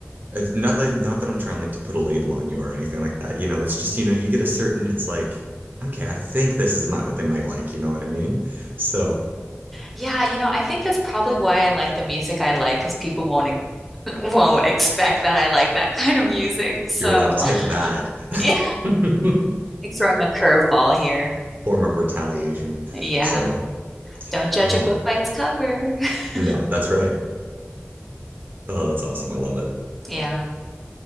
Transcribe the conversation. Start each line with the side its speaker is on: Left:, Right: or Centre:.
Right: it's not like not that I'm trying like to put a label on you or anything like that. You know, it's just, you know, you get a certain, it's like, okay, I think this is not what they might like, you know what I mean? So
Centre: Yeah, you know, I think that's probably why I like the music I like because people won't ex- <laughs> won't expect that I like that kind of music. So,
Right: you're like, take that
Centre: <laughs> yeah,
Right: <laughs>
Centre: like throwing a curveball here.
Right: form of retaliation.
Centre: Yeah,
Right: So,
Centre: don't judge
Right: oh
Centre: a book by its cover. <laughs>
Right: no, that's right. Oh, that's awesome. I love it.
Centre: Yeah.